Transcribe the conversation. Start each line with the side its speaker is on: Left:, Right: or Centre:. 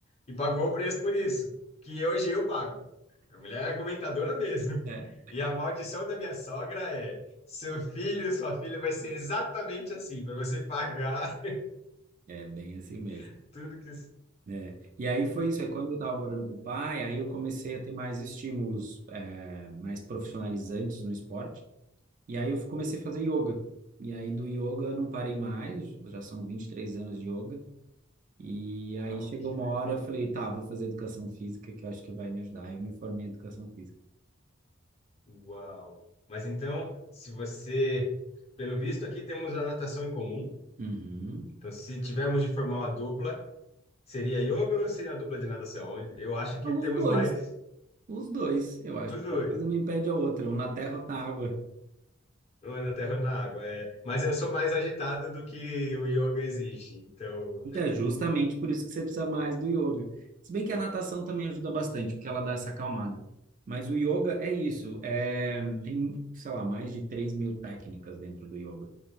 Left: E pagou o preço por isso, que hoje eu pago. Minha mulher é argumentadora mesmo.
Right: É,
Left: E a maldição da minha sogra é: seu filho, sua filha vai ser exatamente assim, para você pagar
Right: é bem assim mesmo,
Left: <laughs> tudo que.
Right: né? E aí foi isso. É quando eu estava morando com o pai, aí eu comecei a ter mais estímulos, é, mais profissionalizantes no esporte. E aí eu comecei a fazer yoga. E aí do yoga eu não parei mais, já são 23 anos de yoga. E
Left: Uau,
Right: aí chegou
Left: que
Right: uma
Left: legal.
Right: hora, eu falei, tá, vou fazer educação física, que eu acho que vai me ajudar. Eu me formei em educação física.
Left: Uau. Mas então, se você. Pelo visto, aqui temos a natação em comum.
Right: Uhum.
Left: Então, se tivermos de formar uma dupla, seria yoga ou seria a dupla de natação? Eu acho que
Right: Os
Left: temos
Right: dois,
Left: mais
Right: os dois. Eu acho
Left: os
Right: que
Left: dois,
Right: uma coisa não impede a outra, um na terra, outro na água.
Left: um é na terra ou na água. É. Mas eu sou mais agitado do que o yoga exige, então.
Right: Então, é justamente por isso que você precisa mais do yoga. Se bem que a natação também ajuda bastante, porque ela dá essa acalmada. Mas o yoga é isso. É, tem, sei lá, mais de 3 mil técnicas dentro do yoga.